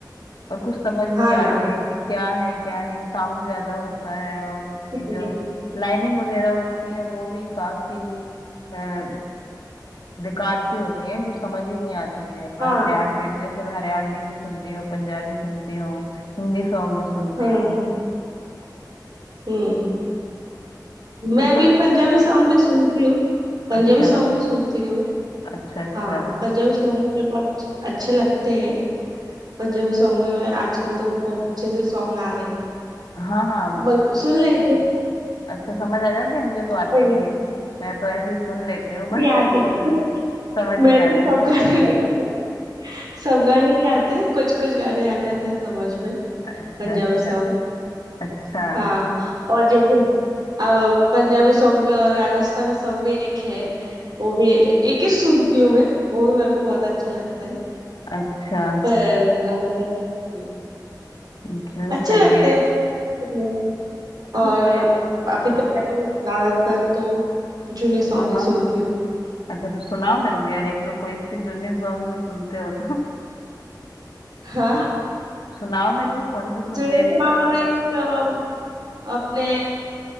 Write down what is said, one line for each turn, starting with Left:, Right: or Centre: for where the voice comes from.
Left: और कुछ समझ नहीं
Right: हाँ ना
Left: आते हैं कि क्या है क्या नहीं साउंड ज्यादा होता है और इसकी
Right: ओके,
Left: जो लाइनिंग वगैरह होती है वो भी काफी अ, बेकार सी होती है जो समझ ही नहीं आती है मैं
Right: हाँ
Left: हरियाणवी जैसे मैं हरियाणवी भी सुनती हूँ पंजाबी सुनती हूँ हिंदी सॉन्ग भी सुनती
Right: हम्म
Left: हूँ
Right: हम्म
Left: तो
Right: मैं
Left: तुम
Right: भी पंजाबी सॉन्ग भी सुनती हूँ पंजाबी
Left: अच्छा
Right: सॉन्ग भी सुनती हूँ
Left: अच्छा अच्छा
Right: हाँ पंजाबी सॉन्ग भी मेरे को अच्छे अच्छे लगते हैं पंजाबी सॉन्ग में मैं- आजकल तो बहुत अच्छे से सॉन्ग आ रहे हैं
Left: हाँ हाँ
Right: मेरे को सुन लेते हैं,
Left: अच्छा समझ आ जाते हैं मुझे तो आते
Right: पर
Left: नहीं है मैं तो ऐसे ही सुन लेती हूँ बट
Right: इतने आते
Left: <laughs> समझ में-
Right: हैं।
Left: समझ
Right: मैं
Left: नहीं आते
Right: तो सब
Left: मुझे
Right: गाने नहीं आते सब गाने नहीं आते कुछ कुछ गाने आ जाते हैं समझ में
Left: अच्छा
Right: पंजाबी
Left: अच्छा
Right: सॉन्ग
Left: अच्छा
Right: हाँ और जैसे अब पंजाबी सॉन्ग भी और राजस्थानी सॉन्ग भी एक है वो भी एक ही सुनती हूँ मैं वो भी मेरे को बहुत अच्छा लगता है
Left: अच्छा
Right: पर राजस्थानी भी
Left: अच्छा
Right: अच्छे
Left: सही
Right: लगते
Left: है
Right: हैं सुनने में।
Left: अब
Right: और
Left: क्या
Right: अभी तो मैं तो ज्यादातर तो जुने सॉन्ग
Left: हाँ
Right: ही
Left: हाँ
Right: सुनती हूँ
Left: अच्छा तो सुनाओ मेरे को यार एक दो कोई से जूनी सॉन्ग जो सुनते हो तो <laughs>
Right: हाँ
Left: सुनाओ मेरे को कौन से सुनते
Right: जुने
Left: हैं एक
Right: सॉन्ग
Left: दो तो
Right: में जो अपने